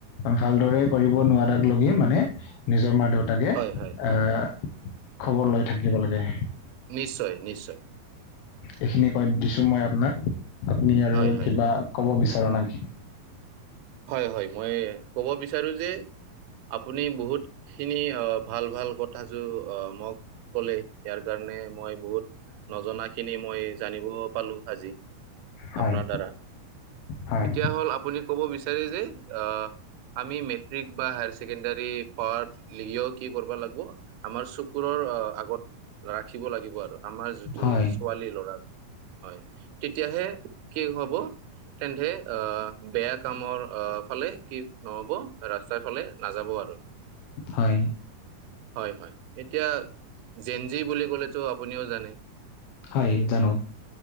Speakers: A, on the left; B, on the right.
A: ভালদৰে কৰিব নোৱাৰাক লগি মানে- নিজৰ মা দেউতাকে
B: হয়, হয়,
A: আঁহ খবৰ লৈ থাকিব লাগে।
B: নিশ্চয় নিশ্চয়।
A: এইখিনি কৈ দিছোঁ মই আপুনাক, আপুনি আৰু
B: হয়, হয়,
A: কব বিচাৰ নেকি?
B: হয় হয়, মই ক'ব বিচাৰোঁ যে- আপুনি বহুত খিনি অঁ ভাল ভাল কথ- কথাটো অ মোক কলে, ইয়াৰ কাৰণে মই বহুত- নজনাখিনি মই জানিব পালোঁ আজি।
A: হয়
B: আপোনাৰ দ্বাৰা।
A: হয়
B: এতিয়া হ'ল আপুনি কব বিচাৰে যে, আঁহ- আমি মেট্ৰিক বা হায়াৰ ছেকেণ্ডাৰী পাৰ লিগিও কি কৰিব লাগিব? আমাৰ চকুৰৰ অ আগত ৰাখিব লাগিব আৰু। আমাৰ যিটো
A: হয়
B: ছোৱালী ল'ৰা হয়। তেতিয়াহে কি হব? তেন্তে অ বেয়া- কামৰ অ ফালে কি নহ'ব? ৰাস্তাৰ ফালে নাযাব আৰু।
A: হয়।
B: হয় হয়, এতিয়া জেনজি বুলি ক'লেতো আপুনিও জানে।
A: হয়, জানো।